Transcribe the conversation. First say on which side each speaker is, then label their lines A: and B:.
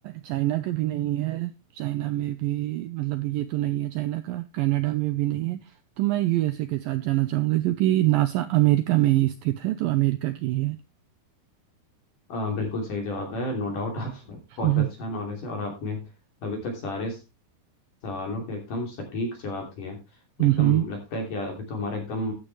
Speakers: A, on the right; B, on the left.
A: चाइना का भी नहीं है चाइना में भी मतलब ये तो नहीं है चाइना का कनाडा में भी नहीं है तो मैं यूएसए के साथ जाना चाहूंगा क्योंकि नासा अमेरिका में ही स्थित है तो अमेरिका की ही है
B: अ, बिल्कुल सही जवाब है नो डाउट आप <laughs> बहुत
A: हम्म
B: अच्छा नॉलेज है और आपने अभी तक सारे सवालों के एकदम सटीक जवाब दिए हैं
A: हम्म,
B: एकदम
A: हम्म,
B: लगता है कि अभी तो हमारा एकदम